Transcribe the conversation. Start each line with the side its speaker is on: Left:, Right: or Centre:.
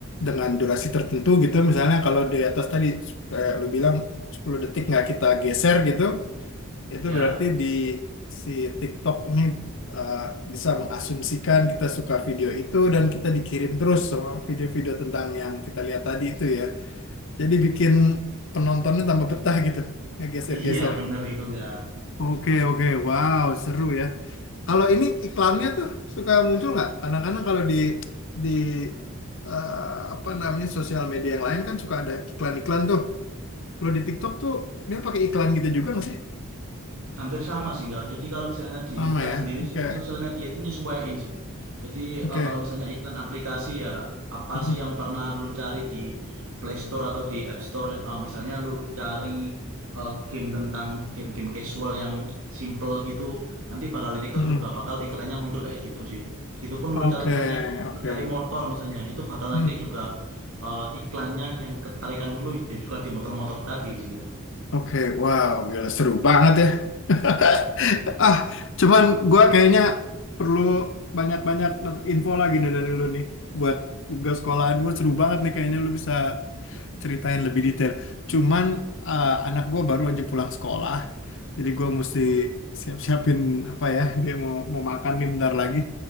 Left: dengan durasi tertentu gitu. Misalnya kalau di atas tadi kayak lu bilang 10 detik nggak kita geser gitu, itu
Right: ya.
Left: berarti di si TikTok ini eh, bisa mengasumsikan kita suka video itu dan kita dikirim terus sama video-video tentang yang kita lihat tadi itu ya. Jadi bikin penontonnya tambah betah gitu, ngegeser-geser.
Right: Iya bener itu enggak.
Left: Oke, oke, wow, seru ya. Kalau ini iklannya tuh suka muncul nggak? Kadang-kadang kalau di di eh, apa namanya sosial media yang lain kan suka ada iklan-iklan tuh. Kalau di TikTok tuh dia pakai iklan gitu juga nggak sih?
Right: Hampir sama sih enggak. Jadi kalau misalnya di
Left: Sama
Right: iklan
Left: ya.
Right: sendiri
Left: Oke,
Right: semua sosial media itu nyesuaiin sih. Jadi
Left: oke,
Right: eh, kalau misalnya iklan aplikasi ya apa
Left: Mm-mm,
Right: sih yang pernah lu cari di Play Store atau di App Store Eh, misalnya lu cari eh, game tentang game-game casual yang simple gitu nanti bakal di TikTok
Left: mm-mm.
Right: juga bakal iklannya muncul kayak gitu sih. Begitupun lu
Left: Oke,
Right: cari misalnya
Left: oke.
Right: lu cari motor misalnya itu bakal
Left: Hmm.
Right: nanti juga eh, iklannya yang ketarikan lu juga di motor-motor tadi sih enggak.
Left: Oke, wow, gila seru banget ya. <laughs> Ah, cuman gua kayaknya perlu banyak-banyak dapet info lagi nih dari lu nih buat tugas sekolahan gue seru banget nih kayaknya lu bisa ceritain lebih detail. Cuman eh, anak gue baru aja pulang sekolah, jadi gue mesti siap-siapin apa ya dia mau mau makan nih bentar lagi.